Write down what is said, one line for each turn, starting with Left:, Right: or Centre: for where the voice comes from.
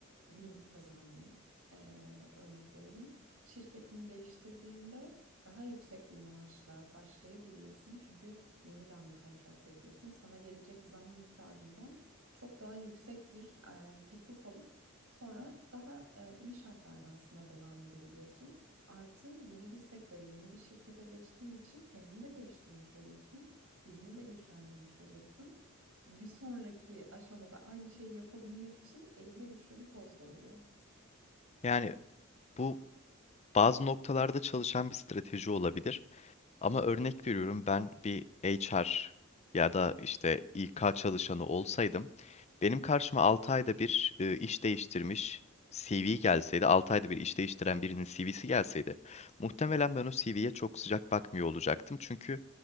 Right: bin kazandın eee, örnek verelim. Şirketini değiştirdiğinde daha yüksek bir maaşla başlayabiliyorsun. Çünkü yeniden bir kontrat yapıyorsun. Sana gelecek zam miktarından çok daha yüksek bir eee, teklif alıp sonra daha eee, iyi şartlarda aslında devam edebiliyorsun. Artı yeni bir sektöre, yeni bir şirkete geçtiğin için kendini de geliştirmiş oluyorsun. CV'ni de güçlendirmiş oluyorsun. Bir sonraki aşamada aynı şeyi yapabilmek için elinde güçlü bir koz da oluyor.
Left: Yani bu Bazı noktalarda çalışan bir strateji olabilir. Ama örnek veriyorum ben bir HR ya da işte İK çalışanı olsaydım benim karşıma 6 ayda bir e, iş değiştirmiş CV gelseydi, 6 ayda bir iş değiştiren birinin CV'si gelseydi, muhtemelen ben o CV'ye çok sıcak bakmıyor olacaktım. Çünkü